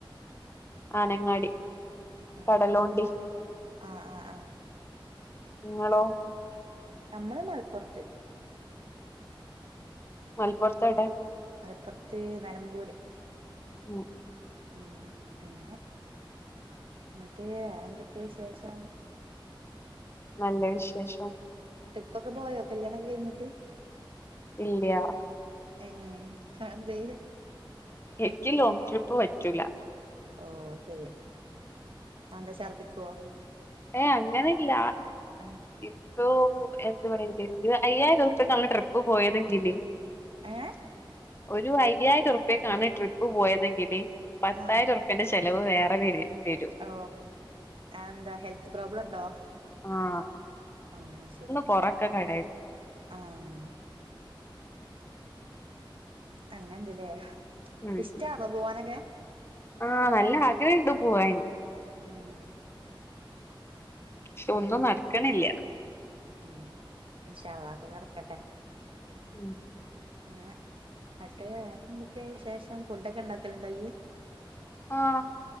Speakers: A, on the left; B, on the right.
A: ആനങ്ങാടി
B: ഉം
A: കടലുണ്ടി
B: ആ ആ ആ
A: ഇങ്ങളോ
B: ഞമ്മള് മലപ്പുറത്ത്
A: മലപ്പുറത്തെവടെ
B: മലപ്പുറത്ത് നി ലമ്പൂര്
A: ഉം
B: ഉം അങ്ങനെ ന്നിട്ട് വേറെന്തൊക്കേ വിശേഷം
A: നല്ല വിശേഷം
B: ട്രിപ്പൊക്കെ പോയോ കല്ല്യാണൊക്കെ കഴിഞ്ഞിട്ട്
A: ഇല്ല്യാ
B: ഏ അതെന്തേ
A: എനിക്ക് ലോങ്ങ് ട്രിപ്പ് പറ്റൂല
B: ഓ ശരി എന്താ ഛർദിക്കുവോ
A: ഏഹ് അങ്ങനെല്ല
B: ആഹ്
A: ഇപ്പൊ എന്ത് പറല അയ്യായിരം ദിവസത്തേക്ക് നമ്മള് ട്രിപ്പ് പോയതെങ്കിൽ
B: ഏഹ്
A: ഒരു അയ്യായിരം ഉറുപക്കാണ് ട്രിപ്പ് പോയതെങ്കിൽ പത്തായിരംറ
B: ആഹ്
A: എന്റെ ചെിലവ് വേറെ വ വരും
B: ഓ അഎന്താ ഹെൽത്ത് പ്രോബ്ലം ഉണ്ടോ
A: ആഹ്
B: ആഹ് ശരി
A: പുറൊക്കെ കട
B: ആഹ് അങ്ങനെന്തല്ലേ
A: ഉം
B: ഇഷ്ടാണോ പോവാനൊക്കെ
A: ആഹ് നല്ല ആഗ്രഹംണ്ട് പോവന്
B: ഉം
A: പക്ഷെ
B: ഓരോന്ന്
A: ഒന്നും നടക്കണില്ല
B: ഉം ഇനുശള്ളക്കെ നടക്കട്ടെ
A: ഉം
B: ഏഹ് അട്ടേ വേറെന്തൊക്കെ ശേഷം ഫുഡൊക്കെ ഉണ്ടാക്കലുണ്ടോയ
A: ആഹ്